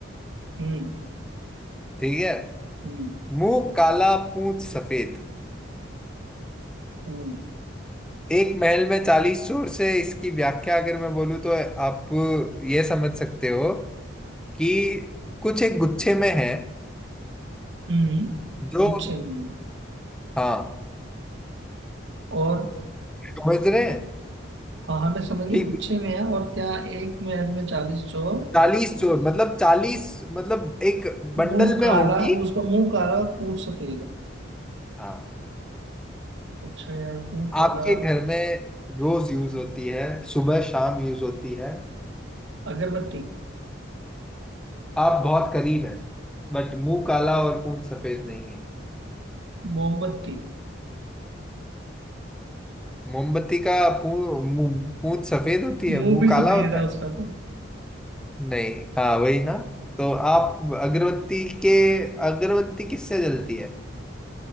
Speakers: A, on the right; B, in the centre.
A: हम्म
B: ठीक है
A: हम्म
B: मुंह काला पूंछ सफेद
A: हम्म
B: एक महल में चालीस चोर से इसकी व्याख्या अगर मैं बोलूँ तो आप ये समझ सकते हो कि कुछ एक गुच्छे में है
A: हम्म,
B: जो
A: गुच्छे में है।
B: हाँ
A: और
B: समझ रहे हैं
A: हाँ हमें समझ गए
B: कि
A: गुच्छे में है और क्या एक महल में चालीस चोर
B: चालीस चोर मतलब चालीस मतलब एक बंडल
A: मुंह काला
B: में होंगी
A: उसका मुंह काला और पूंछ सफेद
B: हाँ
A: अच्छा यार मुंह काला
B: आपके घर में रोज यूज होती है सुबह शाम यूज होती है
A: अगरबत्ती
B: आप बहुत करीब हैं बट मुंह काला और पूंछ सफेद नहीं है
A: मोमबत्ती
B: मोमबत्ती का पूं- मुंह पूंछ सफेद होती है
A: मुंह
B: मुंह
A: भी
B: काला
A: सफेद
B: होता
A: है
B: है
A: उसका तो
B: नहीं हाँ वही ना तो आप अगरबत्ती के अगरबत्ती किससे जलती है